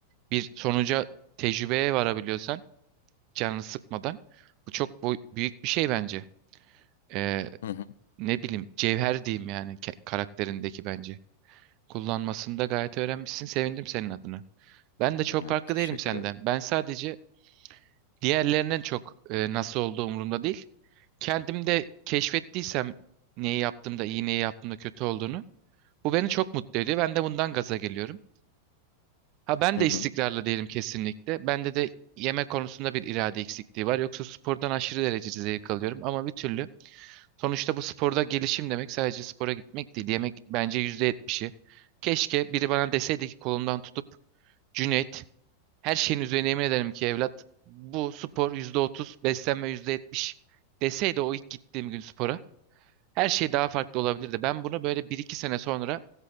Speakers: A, on the right; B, on the left.
A: bir sonuca tecrübeye varabiliyorsan canını sıkmadan bu çok boy- büyük bir şey bence. E,
B: Hı hı.
A: ne bileyim cevher diyeyim yani ke- karakterindeki bence. Kullanmasını da gayet öğrenmişsin. Sevindim senin adına. Ben de çok
B: Evet,
A: farklı
B: teşekkür
A: değilim senden.
B: ederim.
A: Ben sadece diğerlerinden çok e, nasıl olduğu umurumda değil. Kendimde keşfettiysem neyi yaptığımda iyi neyi yaptığımda kötü olduğunu bu beni çok mutlu ediyor. Ben de bundan gaza geliyorum. Ha ben
B: Hı
A: de
B: hı.
A: istikrarlı değilim kesinlikle. Bende de yemek konusunda bir irade eksikliği var. Yoksa spordan aşırı derecede zevk alıyorum ama bir türlü. Sonuçta bu sporda gelişim demek sadece spora gitmek değil. Yemek bence yüzde yetmiş'i. Keşke biri bana deseydi ki kolumdan tutup Cüneyt her şeyin üzerine yemin ederim ki evlat bu spor %30, beslenme yüzde yetmiş. deseydi o ilk gittiğim gün spora her şey daha farklı olabilirdi. Ben bunu böyle bir iki sene sonra